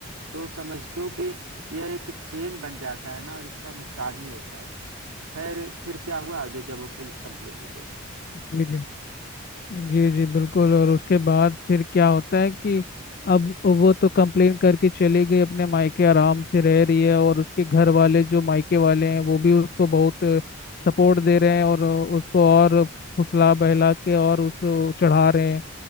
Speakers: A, on the right (about 85°); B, on the left (about 45°).
A: तो समझो कि यह एक चेन बन जाता है ना और इसका नुकसान ही होता है खैर फिर क्या हुआ आगे जब वो पुलिस कंप्लेन हो गया
B: जी जी जी बिल्कुल और उसके बाद फिर क्या होता है कि अब वो तो कंप्लेन करके चली गई अपने मायके आराम से रह रही है और उसके घर वाले जो मायके वाले हैं वो भी उसको बहुत सपोर्ट दे रहे हैं और उसको और फुसला बहला के और उसको चढ़ा रहे हैं